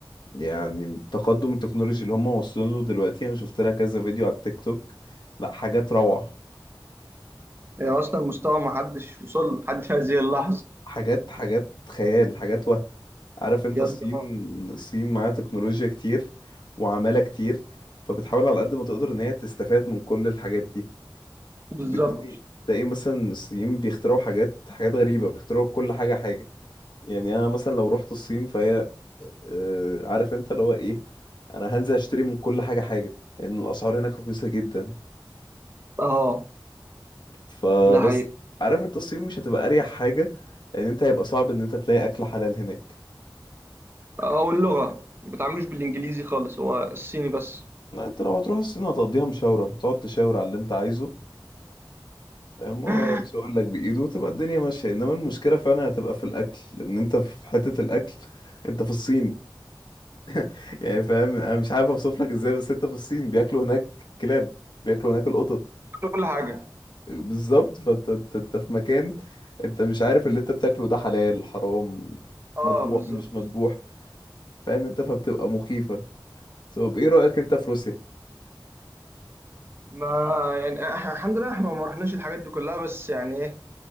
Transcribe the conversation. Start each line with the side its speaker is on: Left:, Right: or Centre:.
Left: يعني التقدم التكنولوجي اللي هم واصلين له دلوقتي انا شفت لها كذا فيديو على التيك توك لا حاجات روعة
Right: هي أصلا مستوى ما حدش وصل له لحد هذه اللحظة
Left: حاجات حاجات خيال حاجات وهم عارف
Right: بجد
Left: انت الصين
Right: آه
Left: الصين معاها تكنولوجيا كتير وعمالة كتير فبتحاول على قد ما تقدر ان هي تستفاد من كل الحاجات دي
Right: بالظبط
Left: وبالتالي تلاقي مثلا الصين بيخترعوا حاجات حاجات غريبة بيخترعوا كل حاجة حاجة يعني انا مثلا لو رحت الصين فهي آه، عارف انت اللي هو ايه انا هنزل اشتري من كل حاجة حاجة لان الاسعار هناك رخيصة جدا
Right: آه
Left: فبس
Right: ده حقيقي
Left: عارف انت الصين مش هتبقى اريح حاجه لان انت هيبقى صعب ان انت تلاقي اكل حلال هناك
Right: آه واللغة ما بتعاملوش بالإنجليزي خالص هو الصيني بس
Left: لا انت لو هتروح الصين هتقضيها مشاوره تقعد تشاور على اللي انت عايزه فاهم هو
Right: <laughs>
Left: مش هيقول لك بايده وتبقى الدنيا ماشيه انما المشكله فعلا هتبقى في الاكل لان انت في حته الاكل انت في الصين <laughs> يعني فاهم انا مش عارف اوصف لك ازاي بس انت في الصين بياكلوا هناك كلاب بياكلوا هناك القطط
Right: في كل حاجة
Left: بالظبط فانت انت انت في مكان انت مش عارف اللي انت بتاكله ده حلال حرام
Right: آه
Left: مذبوح
Right: بالظبط
Left: مش مذبوح فاهم انت فبتبقى مخيفه طب ايه رأيك انت في روسيا
Right: ما يعني آه، إحنا الحمد لله إحنا ما رحناش الحاجات دي كلها بس يعني إيه